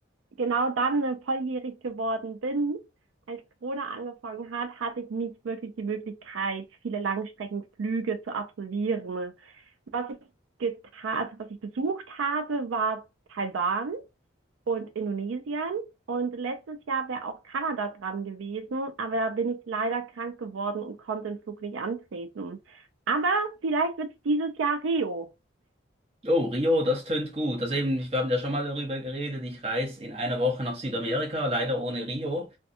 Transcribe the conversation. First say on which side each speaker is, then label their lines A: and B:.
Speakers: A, on the right; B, on the right.
A: genau dann äh, volljährig geworden bin, als Corona angefangen hat, hatte ich nicht wirklich die Möglichkeit, viele Langstreckenflüge zu absolvieren. Was ich getan, also was ich besucht habe, war Taiwan. und Indonesien. Und letztes Jahr wäre auch Kanada dran gewesen, aber da bin ich leider krank geworden und konnte den Flug nicht antreten. Aber vielleicht wird es dieses Jahr Rio.
B: Oh, Rio, das tönt gut. Also eben, wir haben ja schon mal darüber geredet. Ich reise in einer Woche nach Südamerika, leider ohne Rio.